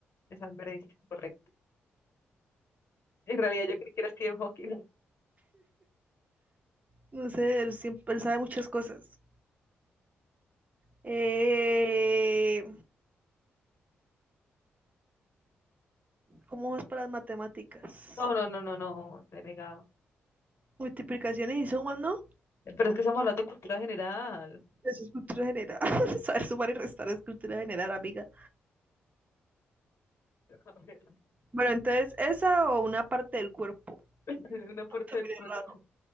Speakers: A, on the left; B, on the right.
A: Es Albert Einstein, correcto. En realidad yo creo que era Stephen Hawking.
B: No sé, él siempre él sabe muchas cosas. Eh, ¿Cómo es para las matemáticas?
A: No, no, no, no, no, te he negado.
B: Multiplicaciones y sumas, ¿no?
A: Pero es que estamos hablando de cultura general.
B: Eso es cultura general. <laughs> Saber sumar y restar es cultura general, amiga.
A: <laughs> A ver,
B: Bueno, entonces, ¿esa o una parte del cuerpo?
A: <laughs> una parte
B: También
A: del cuerpo.
B: es raro.